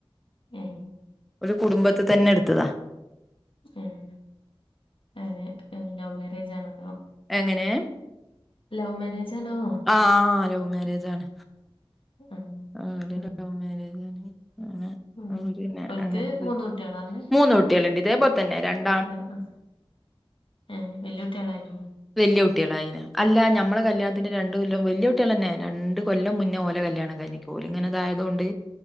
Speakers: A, on the left; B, in the centre.
A: ഏ
B: ഒരു കുടുംബത്ത്തന്നെ ഇട്ത്തതാ
A: ആഹ് അയിന് ലവ് മാരേജ് ആണൊ അതൊ
B: എങ്ങനെ?
A: ലൗ മ്യാരേജാണോ
B: ആഹ് ലവ് മാരേജാണ്.
A: ഉം
B: ആ ഓല്
A: ഉം
B: ലവ് മാരേജാണ്
A: ഉം
B: അവര് പിന്നെ
A: ഓൽക്ക്
B: അങ്ങനെ
A: മൂന്ന് കുട്ടികളാ പറഞ്ഞെ
B: മൂന്നോട് ണ്ട് ഇതേപോലെതന്നെ രണ്ട്
A: ആ ആ ഏ വെല്യുട്ടിലയാണോ
B: വല്ല്യ കുട്ട്യാളായ്ണ് അല്ല ഞമ്മള കല്യാണത്തിന്റെ രണ്ട് കൊല്ലം വല്യാകുട്ട്യളന്നെ രണ്ട് കൊല്ലം മുന്നേ ഓലെ കല്യാണം കയിഞ്ഞ് ക്ക് ണ് ഓല് ഇങ്ങനെതായതൊണ്ട്